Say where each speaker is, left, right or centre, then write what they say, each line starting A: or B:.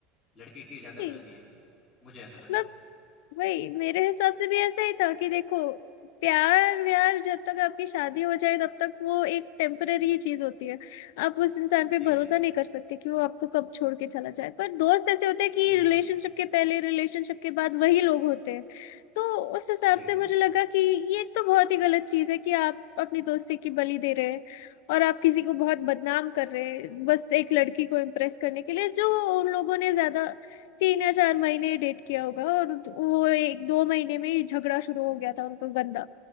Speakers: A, on the left; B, on the left.
A: लड़के की ज्यादा
B: जी,
A: गलती है मुझे ऐसा लगता
B: मतलब
A: है
B: वही मेरे हिसाब से भी ऐसा ही था कि देखो प्यार व्यार जब तक आपकी शादी हो जाए तब तक वो एक टेम्पररी चीज होती है आप उस इंसान पे
A: जी
B: भरोसा
A: जी
B: नहीं कर सकते कि वो आपको कब छोड़ के चला जाए पर दोस्त ऐसे होते हैं कि
A: बिल्कुल
B: रिलेशनशिप के पहले रिलेशनशिप के बाद वही लोग होते हैं तो उस हिसाब
A: जी
B: से मुझे लगा कि ये एक तो बहुत ही गलत चीज है कि आप अपनी दोस्ती की बलि दे रहे हैं और आप किसी को बहुत बदनाम कर रहे हैं बस एक लड़की को इम्प्रेस करने के लिए जो उन लोगों ने ज्यादा तीन या चार महीने डेट
A: जी
B: किया होगा और वो एक दो महीने में ही झगड़ा शुरू हो गया था उनका गंदा